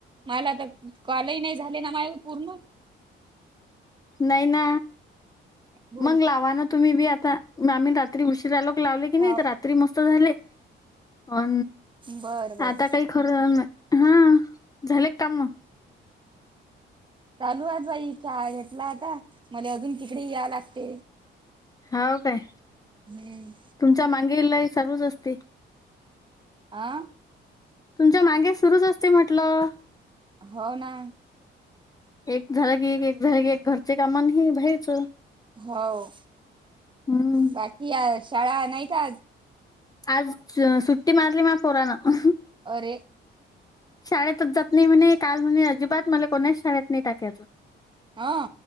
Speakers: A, on the right (about 25°); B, on the left (about 20°).
A: मला तर कॉलही नाही झाले ना मा पूर्ण
B: नाही ना
A: बोल
B: मग लावा ना तुम्ही बी आता आम्ही <inaudible> उशीरालोक लावले की नाही
A: हा
B: तर रात्री मस्त झाले अ
A: बर बर
B: आता काही <inaudible> झाले का काम मग?
A: चालू आज भाई चहा घेतला आता मला अजून तिकडे या लागते
B: हो काय?
A: हम्म.
B: तुमचा <inaudible> असते.
A: आ
B: तुमच्या मागे सुरूच असते म्हटलं
A: हो ना.
B: एक झालं की एक एक झालं की एक घरचे कामा हे बाहेरच
A: हो
B: हम्म.
A: बाकी या शाळा नाही का
B: आज सुट्टी मारली माया पोरानं.
A: अरे.
B: शाळेतच जात नाही म्हणे काल म्हणे अजिबात मला कोणाच शाळेत नाही टाकायचं
A: हा